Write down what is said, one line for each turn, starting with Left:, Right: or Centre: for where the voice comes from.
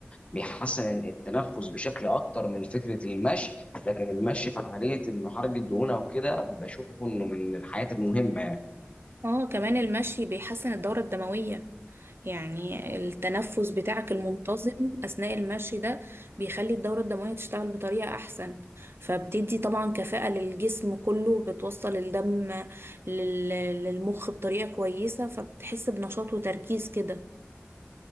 Left: بيحسن التنفس بشكل اكتر من فكره المشي لكن المشي في عمليه انه حرق الدهون او كده بشوفه انه من الحاجات المهمه يعني
Right: اه كمان المشي بيحسن الدورة الدموية يعني التنفس بتاعك المنتظم أثناء المشي ده بيخلي الدورة الدموية تشتغل بطريقة أحسن فبتدي طبعا كفاءة للجسم كله بتوصل الدم لل- للمخ بطريقة كويسة فبتحس بنشاط وتركيز كده